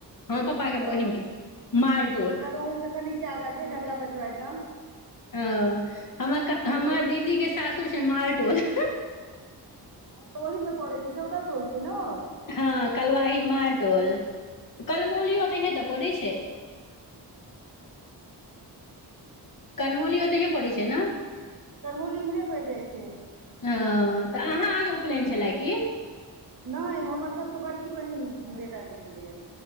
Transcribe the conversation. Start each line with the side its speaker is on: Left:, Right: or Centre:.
Left: हमर
Right: अच्छा
Left: पप्पा के बहिन के मालटोल
Right: हँ तऽ कलुवाही से कनिके आगाँ छै ढंगा पछुवारि गाम
Left: ओ हमर क हमर
Right: अच्छा
Left: दीदी के सासुर छै मालटोल
Right: हँ तऽ ओहिमे पड़ै छै चौदह टोल छै नऽ
Left: हँ कलवाही मालटोल कलमौलियो तऽ इहे तऽ पड़ैत छै
Right: <inaudible>
Left: कनमौली ओतहिये पड़ै छै ने
Right: तरमौली इम्हरे पड़ि जाइ छै
Left: ह तऽ अहाँ आरो उपनयन छलए की
Right: नहि हमर सभसँ बड़की बहिन बेटाके छलैया